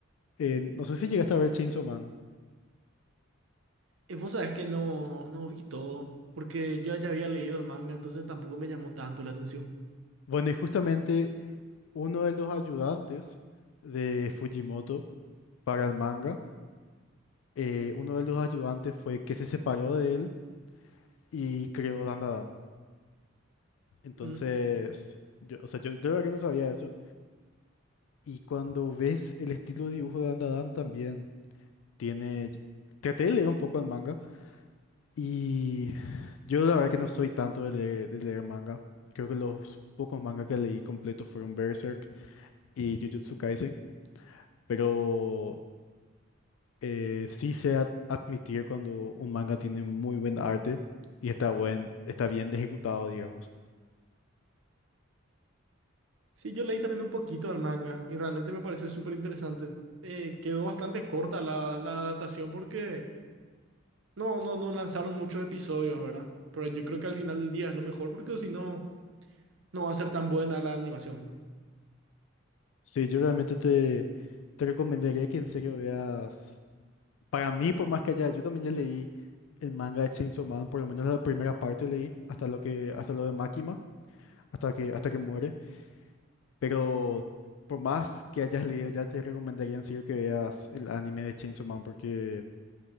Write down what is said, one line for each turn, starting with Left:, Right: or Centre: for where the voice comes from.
Left: eh, no sé si llegaste a ver Chainsaw Man.
Right: Y vos sabés que no, no vi todo, porque yo ya había leído el manga, entonces tampoco me llamó tanto la atención.
Left: Bueno, y justamente uno de los ayudantes de Fujimoto para el manga, eh, uno de los ayudantes fue que se separó de él y creó Dandadan. Entonces,
Right: Mm,
Left: yo, o sea, yo, yo la verdad que no sabía eso. Y cuando ves el estilo de dibujo de Dandadan también tiene... yo- Traté de leer un poco el manga y yo la verdad que no soy tanto de leer, de leer manga. Creo que los pocos mangas que leí completos fueron Berserk y Jujutsu Kaisen. Pero eh, sí sé ad- admitir cuando un manga tiene muy buen arte y está, buen, está bien ejecutado, digamos.
Right: Sí, yo leí también un poquito del manga y realmente me pareció súper interesante. Eh, quedó bastante corta la, la adaptación porque no, no, no lanzaron muchos episodios, ¿verdad? Pero yo creo que al final del día es lo mejor porque si no, no va a ser tan buena la animación.
Left: Sí, yo realmente te, te recomendaría que en serio veas Para mí, por más que haya, yo también ya leí el manga de Chainsaw Man, por lo menos la primera parte leí, hasta lo que, hasta lo de Makima, hasta que, hasta que muere. Pero por más que hayas leído, ya te recomendaría en serio que veas el anime de Chainsaw Man, porque